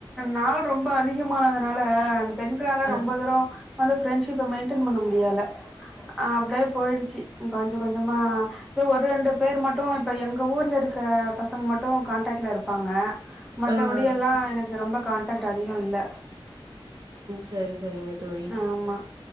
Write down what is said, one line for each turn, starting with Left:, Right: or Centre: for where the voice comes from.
Centre: நாள் ரொம்ப அதிகமானதுனால பெண்களாலா
Right: அ
Centre: ரொம்ப தூரோ வந்து ஃரெண்ட்ஷிப்ப மெயின்டென் பண்ண முடியால அப்டியே போயிடுச்சு கொஞ்ச கொஞ்சமா எதோ ஒரு ரெண்டு பேர் மட்டு இப்ப எங்க ஊர்ல இருக்க பசங்க மட்டு கான்டாக்ட்ல இருப்பாங்க மத்தபடியெல்லா
Right: ஆ ச
Centre: எனக்கு ரொம்ப கான்டாகக்ட் அதிக இல்ல
Right: சேரி சேரிங்க தோழி
Centre: ஆமா